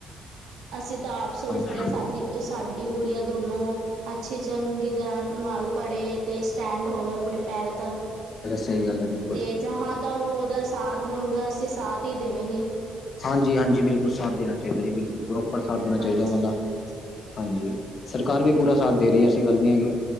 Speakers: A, on the right (about 80°); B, on the left (about 50°).
A: ਅਸੀ ਤਾ ਆਪ ਸੋਚਦੇ
B: ਹਾਂਜੀ
A: ਆ ਸਾਦੀ, ਸਾਡੀ, ਗੁੜੀਆ ਦੋਨੋ ਅੱਛੀ ਚੰਗੀ ਤਰਾਂ ਨਾਲ ਪੜੇ ਤੇ, ਸਟੈਂਡ ਹੋਵੇ ਆਪਣੇ ਪੈਰ ਤਾ
B: ਸਈ ਗਾੱਲ ਐ, ਬਿਲ
A: ਤੇ ਜਾਂਹਾ ਦਾ ਓ ਓਦਾ ਸਾਥ ਬਣੂਗਾ ਅਸੀ ਸਾਥ ਈ ਦੇਵੇਗੇ।
B: ਹਾਂਜੀ, ਹਾਂਜੀ, ਬਿਲਕੁਲ ਸਾਥ ਦੇਨਾ ਚਾਈਦਾ ਜੀ ਬਿਲਕੁਲ ਪ੍ਰੋਪਰ ਸਾਥ ਦੇਨਾ ਚਾਈਦਾ
A: ਹਾਂਜੀ।
B: ਓਨਾਂ ਦਾ ਹਾਂਜੀ, ਸਰਕਾਰ ਵੀ ਪੂਰਾ ਸਾਥ ਦੇ ਰਈ ਏ, ਐਸੀ ਗੱਲ ਨੀ ਹੈਗੀ।